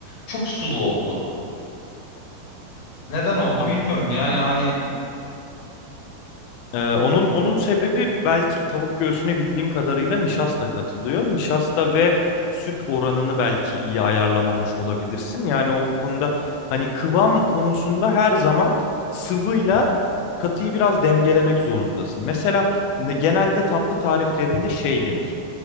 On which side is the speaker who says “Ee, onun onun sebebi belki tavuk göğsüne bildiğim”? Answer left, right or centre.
Left